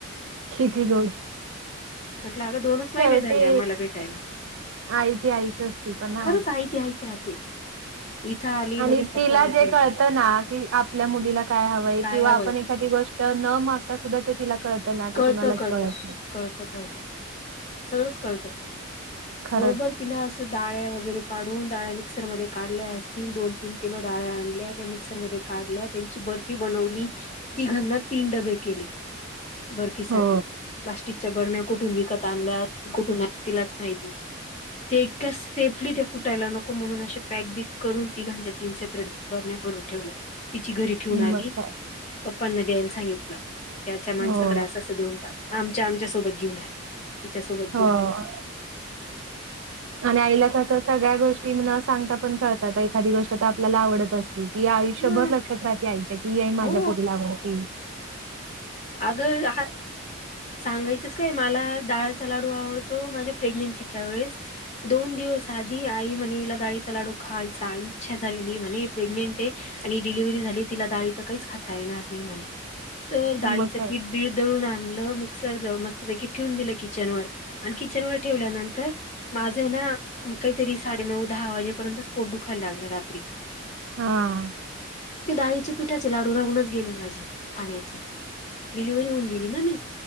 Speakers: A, on the right (about 70°); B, on the left (about 35°).
A: किती गोड.
B: म्हटलं अगं दोनच महिने
A: शेवटी
B: झाले आम्हाला भेटायला.
A: आई ती आईच असती पण हा.
B: खरंच आई ती आईच राहते. इथं आली
A: आणि
B: लगेच पप्पांना
A: तिला जे
B: फोन
A: कळतं
B: केला
A: ना की, आपल्या मुलीला काय हवंय
B: काय
A: किंवा
B: ह
A: आपण
B: वय
A: एखादी गोष्ट - तर न मागता सुद्धा ते तिला कळतं ना, ते
B: कळतं
A: कुणालाच
B: कळतं
A: कळत नाही.
B: कळतं, कळतं, सगळंच कळतं
A: खरंच
B: बरोबर तिला अस - डाळ्या वगैरे पाडवून डाळ्या - मिक्सर मध्ये काढल्या असतील, दोन-तीन किलो डाळ्या आणल्या, त्या मिक्सर मध्ये काढल्या त्यांची बर - र्फी बनवली, तीघांना तीन डबे केले बर्फीसाठी.
A: हो
B: प्लास्टिकच्या बर्ण्या कुठून विकत आणल्या, कुठून नाहीत, तिलाच माहिती. ते इतकं स्टेफली ते फुटायला नको. म्हणून अशे पॅक बिक करून तिघांचे तीन सेपरेट बरण्या भरून ठेवल्या. तिची घरी - ठेऊन आली,
A: मग काय
B: पप्पांना द्यायला सांगितलं, त्याच्या माणस-
A: हो
B: असं देऊन टाक आमच्या, आमच्या सोबत घेऊन आहे, तिच्या सोबत
A: हो.
B: घेऊन आहे.
A: आणि आईला कसं सगळ्या गोष्टी न सांगता पण कळतात, एखादी गोष्ट तर आपल्याला आवडत असते. ती आयुष्यभर
B: ह
A: लक्षात राहते आईच्या की, ये माझ्या
B: हो
A: पुरीला आवडती.
B: अग हा! सांगायचंस काय, डाळचा लाडू आवडतो माझ्या प्रेग्नेन्सीच्या वेळेस - दोन दिवस आधी, त्यांनी आई म्हणेला डाळीचा लाडो खाय इच्छा झालेली म्हणे प्रेग्नेंट आहे. आणि डिलिव्हरी झाली तिला डाळीच काहीच खाता येणार नाही म्हणे, तर डाळी
A: मग
B: -
A: काय?
B: बीळ दळून आणलं मिक्सर जाऊ मस्तपैकी ठेवून दिलं किचन वर. आणि किचन वर ठेवल्यानंतर- माझं आहे ना, काहीतरी साडेनऊ, दहा वाजेपर्यंत पोट दुखायला लागला रात्री.
A: हा.
B: ते डाळीचे पिठाचे लाडू राहूनच गेले, माझे खाण्याचे. डिलिव्हरी होऊन गेली ना मी,